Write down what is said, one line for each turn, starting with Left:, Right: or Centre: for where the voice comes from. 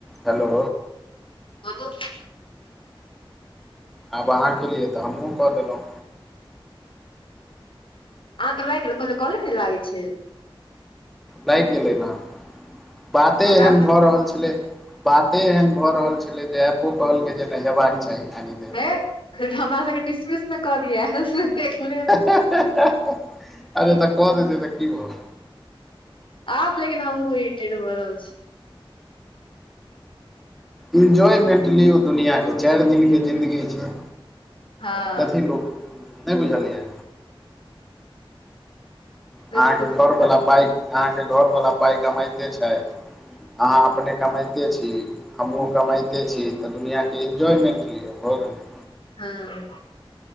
Centre: Hello.
Left: बोलू
Centre: आब अहाँ केलियै, तऽ हमहुँ कऽ देलहुँ।
Left: अहाँके लागि गेल, कहलिऐ कॉले नै लागै छैय?
Centre: लागि गेलै न बाते
Left: हमरा
Centre: एहन भऽ रहल छेलै, बाते एहन भऽ रहल छल छेलै जे एपो कहलकै जे नैय हेबाक चाही कनि देर
Left: हे हमरा सबके डिसमिस ने कऽ दिया से देख लेब?
Centre: हे-हे-ह-ह अरे तऽ कऽ देतै तऽ की भऽ
Left: आब लेकिन हमहुँ <unintelligible> भ रहल छी।
Centre: इन्जॉयमेंट लियौ दुनिआँ के, चारि दिनके जिंन्दगी छै।
Left: हँ
Centre: कथी लोक नै बुझल यै?
Left: बिलकुल
Centre: अहाँके घरवला पाइ, अहाँके घरवला पाइ कमाइते छथि। अहाँ अपने कमैते छी हमहूँ कमैते छी, तऽ दुनिआँके एन्जॉयमेंट लिअ भऽ गेलै।
Left: हँ